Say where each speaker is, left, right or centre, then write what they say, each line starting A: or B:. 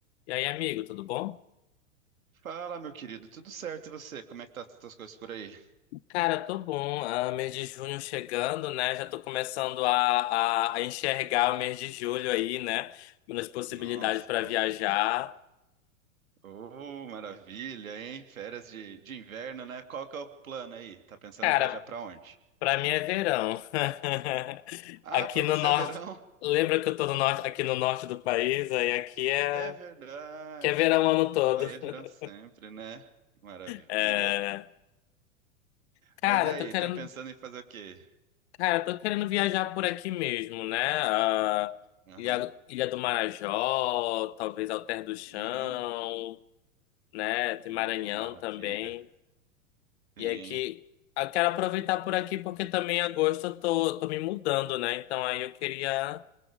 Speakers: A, on the left; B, on the right.
A: E aí, amigo, tudo bom?
B: Fala, meu querido, tudo certo? E você? Como é que tá as tuas coisas por aí?
A: Cara, tô bom. Ah, mês de junho chegando, né? Já tô começando a, a, a enxergar o mês de julho aí, né? Nas possibilidades
B: Nossa,
A: para
B: bom.
A: viajar.
B: Oh, maravilha, hein? Férias de, de inverno, né? Qual que é o plano aí? Tá pensando
A: Cara,
B: em viajar pra onde?
A: pra mim é verão. <laughs>
B: Ah,
A: Aqui
B: pra
A: no
B: você
A: norte,
B: é verão?
A: lembra que eu tô no norte, aqui no norte do país, aí aqui é
B: É verdade.
A: que é verão o ano todo.
B: Aí é verão
A: <laughs>
B: sempre, né? Maravilha.
A: É, cara,
B: Mas e
A: eu
B: aí,
A: tô querendo.
B: tá pensando em fazer o quê?
A: Cara, eu tô querendo viajar por aqui mesmo, né? Ah,
B: Aham.
A: Ilha, Ilha do Marajó, talvez Alter do Chão,
B: Uhum.
A: né? Tem
B: Oh,
A: Maranhão
B: maravilha.
A: também.
B: Sim,
A: E aqui, eu quero aproveitar por aqui porque também em agosto eu tô, tô me mudando, né? Então aí eu queria